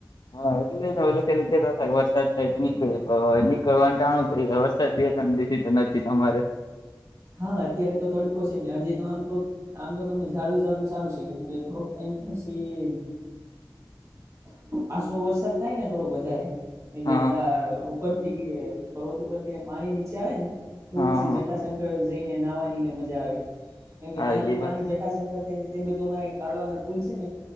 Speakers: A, on the left; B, on the right.
A: હા એટલું એવુ કેતા વરસાદ થાય તો નીકળે નીકળવા નુ <unintelligible> તબયત <unintelligible> નથી તમારે
B: હા અત્યારે તો તડકો છે ને હજી તો આમ તો આમ તો તમે જાળવી જાવ તો સારું છે કેમ કે થોડોક ટાઈમ પછી
A: <inaudible>
B: આસો વરસાદ થાય ને થોડોક વધારે એટલે
A: હા
B: દા ઉપર થી ગીરે પર્વત ઉપર થીને પાણી નીચે આવે ને તો
A: હા
B: પછી
A: હા
B: જટાશંકર જઈને નાહવાનીને મજા આવે કેમ કે
A: હા
B: ત્યાંથી
A: એ
B: પાણી
A: વાત
B: જટાશંકર થઈને એ બધું અમારે કાઢવાનો પુલ છે ને